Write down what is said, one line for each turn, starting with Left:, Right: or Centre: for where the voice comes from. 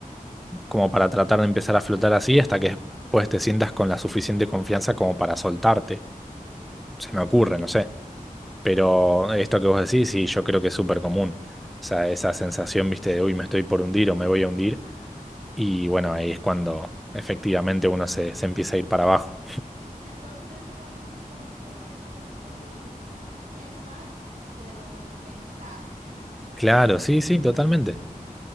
Centre: como para tratar de empezar a flotar así hasta que después te sientas con la suficiente confianza como para soltarte.
Right: sí.
Centre: Se me ocurre, no sé. Pero esto que vos decís, sí, yo creo que es súper común. O sea, esa sensación, viste, de uy, me estoy por hundir o me voy a hundir. Y bueno, ahí es cuando efectivamente uno se, se empieza a ir para abajo.
Right: Entonces es igualmente como correr, como yo te digo, como es más de lo mental. Entonces,
Centre: Claro, sí, sí, totalmente.